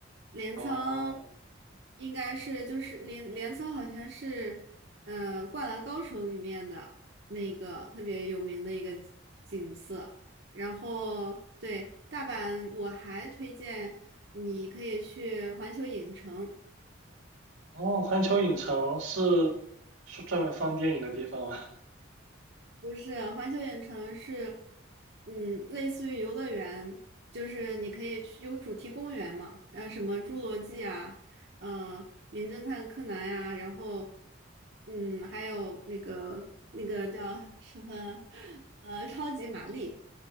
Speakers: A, on the right; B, on the right.
A: 镰仓
B: 哦。
A: 应该是就是镰镰仓好像是呃《灌篮高手》里面的那个特别有名的一个景景色。然后对大阪，我还推荐你可以去环球影城。
B: 哦，环球影城是专专门放电影的地方吗？
A: 不是，环球影城是，嗯，类似于游乐园，就是你可以去有主题公园嘛，呃，什么侏罗纪啊，呃，名侦探柯南呀、然后，嗯，还有那个那个叫什么，<laughs> 呃，超级玛丽，